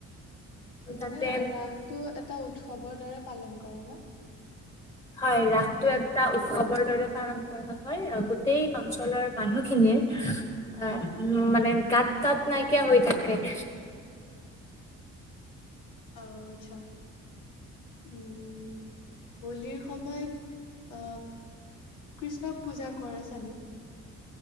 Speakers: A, on the left (about 85°); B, on the left (about 20°).
A: মানে
B: তাতে
A: ৰাসটো এটা। উৎসৱৰ দৰে পালন কৰে ন?
B: হয় ৰাসটো। ৰাসটো উৎসৱৰ দৰে পালন কৰা। হয়, গোটেই অঞ্চলৰ মানুহখিনিৰ উ মানে গাত তাত নাইকিয়া হৈ থাকে।
A: আহ্ আচ্ছা! উম হোলীৰ সময়ত আহ কৃষ্ণক পূজা কৰে চাগে?